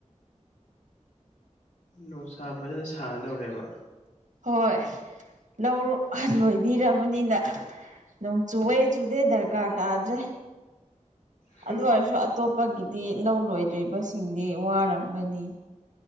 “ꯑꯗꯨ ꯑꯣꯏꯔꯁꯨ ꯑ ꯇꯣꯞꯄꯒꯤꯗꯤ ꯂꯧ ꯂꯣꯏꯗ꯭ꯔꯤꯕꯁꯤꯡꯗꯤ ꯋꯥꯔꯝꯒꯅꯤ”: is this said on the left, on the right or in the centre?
Right